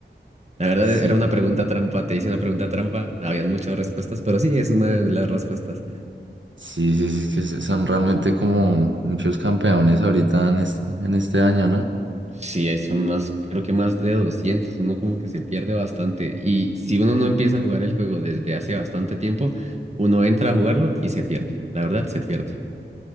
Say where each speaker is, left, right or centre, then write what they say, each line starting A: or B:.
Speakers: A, on the right; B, on the right.
A: La verdad
B: Sí,
A: era una pregunta trampa, te hice una pregunta trampa, habían muchas respuestas, pero sí, es una de las respuestas.
B: sí, sí, sí, es que son realmente como muchos campeones ahorita en es- en este año, ¿no?
A: Sí, ahí son más, creo que más de doscientos uno como que se pierde bastante y si uno no empieza a jugar el juego desde hace bastante tiempo, uno entra a jugarlo y se pierde, la verdad se pierde.